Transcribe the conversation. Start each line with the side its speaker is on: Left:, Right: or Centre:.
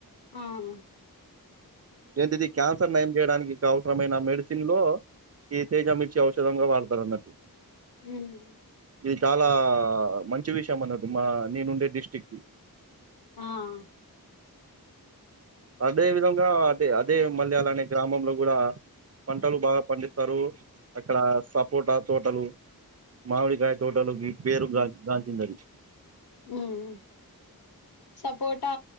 Left: ఆహ్
Right: ఏంటిది క్యాన్సర్ నయం చేయడానికి అవసరమైన మెడిసిన్ లో ఈ తేజ మిర్చి ఔషధంగా వాడతారన్నాటు.
Left: ఉహ్మ్
Right: ఇది చాలా మంచి విషయం అన్నటు. మా నేను ఉండే డిస్టిక్ కి
Left: ఆహ్
Right: అదే విధంగా అదే అదే మళ్ళ అలానే గ్రామంలో కూడా. పంటలు బాగా పండిస్ స్తారు. అక్కడ సపోటా తోటలు, మామిడికాయ తోటలు, విత్ పేరు గా గాంచిందది.
Left: ఉహ్మ్ సపోటా